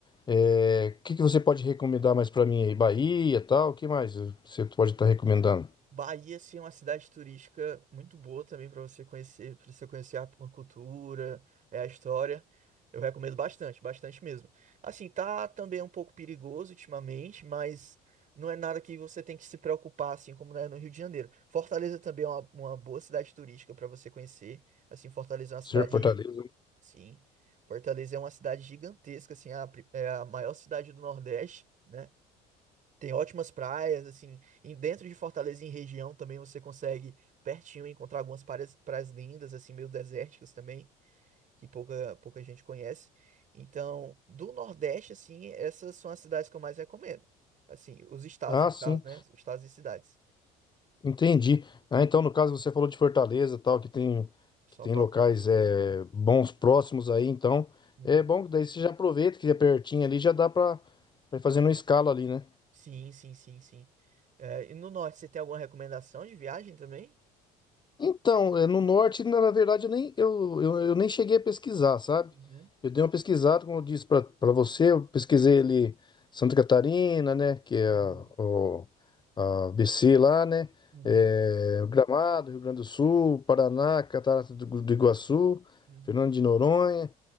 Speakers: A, on the left; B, on the right.
A: é, o que, que você pode recomendar mais para mim aí? Bahia, tal, o que mais você pode estar recomendando?
B: Bahia, assim, é uma cidade turística muito boa também para você conhecer, para você conhecer a a cultura, é, a história. Eu recomendo bastante, bastante mesmo. Assim, tá também um pouco perigoso ultimamente, mas não é nada que você tem que se preocupar, assim como é no Rio de Janeiro. Fortaleza também é uma, uma boa cidade turística para você conhecer. Assim, Fortaleza é uma cidade,
A: Ser Fortaleza?
B: sim. Fortaleza é uma cidade gigantesca, assim, é a pri- é a maior cidade do Nordeste. né? Tem ótimas praias, assim, em dentro de Fortaleza, em região também você consegue pertinho encontrar algumas praias, praias lindas, assim, meio desérticas também, que pouca, pouca gente conhece. Então, do Nordeste, assim, essas são as cidades que eu mais recomendo. Assim, os estados,
A: Ah,
B: no caso,
A: sim.
B: né? Os Estados e cidades.
A: Entendi. Ah, então, no caso, você falou de Fortaleza, tal, que tem,
B: Uhum. Salvador
A: que tem locais
B: também
A: é,
B: ali.
A: bons próximos aí, então
B: Uhum.
A: é bom que daí você já aproveita que é pertinho ali, já dá pra, pra ir fazendo uma escala ali, né?
B: Sim, sim, sim, sim. É, e no Norte, você tem alguma recomendação de viagem também?
A: Então, é, no norte, na na verdade, eu nem, eu, eu, eu nem cheguei a pesquisar, sabe?
B: Uhum,
A: Eu dei uma pesquisada, como eu disse pra pra você, eu pesquisei ali Santa Catarina, né? Que é
B: uhum,
A: a, o, a BC lá, né?
B: uhum,
A: É, Gramado, Rio Grande do Sul, Paraná, Catarata do, Igu- do Iguaçu,
B: uhum,
A: Fernando de Noronha.